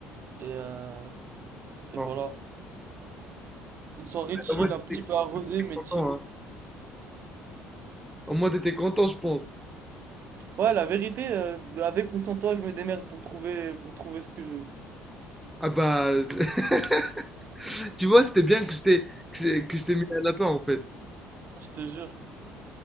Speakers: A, on the right; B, in the centre.
A: Et, euh, et
B: Non.
A: voilà. Une soirée chill,
B: Au moins, t'étais
A: un petit peu arrosée, mais
B: content,
A: chill.
B: hein. Au moins, t'étais content, je pense.
A: Ouais, la vérité, euh, avec ou sans toi, je me démerde pour trouver, pour trouver ce que je veux.
B: Ah bah, <laughs> tu vois, c'était bien que je t'ai, que, je- que je t'ai mis un lapin, en fait.
A: Je te jure.